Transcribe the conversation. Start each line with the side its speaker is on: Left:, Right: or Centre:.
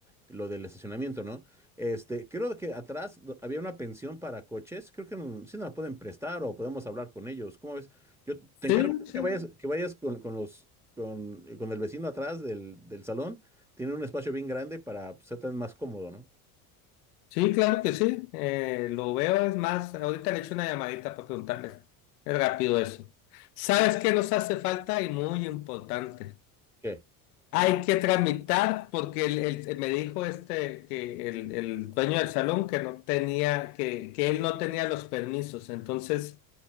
Centre: lo del estacionamiento, ¿no? Este, creo que atrás do- había una pensión para coches. Creo que mm, sí nos la pueden prestar o podemos hablar con ellos. ¿Cómo ves? Yo te encargo
Left: Sí, sí,
Centre: que vayas, que vayas con, con los, con, con el vecino atrás del, del salón. Tiene un espacio bien grande para pues, ser tan más cómodo, ¿no?
Left: sí, claro que sí. Eh, lo veo, es más, ahorita le echo una llamadita para preguntarle. Es rápido eso. ¿Sabes qué nos hace falta? Y muy importante.
Centre: ¿Qué?
Left: Hay que tramitar, porque el- el- eh, me dijo este que el, el dueño del salón que no tenía, que, que él no tenía los permisos. Entonces,